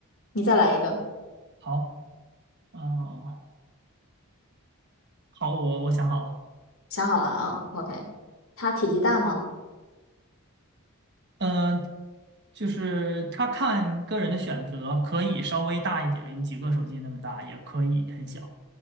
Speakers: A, on the left; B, on the right.
A: 你再来一个，
B: 好，呃，好，我我想好了。
A: 想好了啊，OK。它体积大吗？
B: 嗯、就是他看个人的选择，可以稍微大一点儿，有几个手机那么大，也可以很小，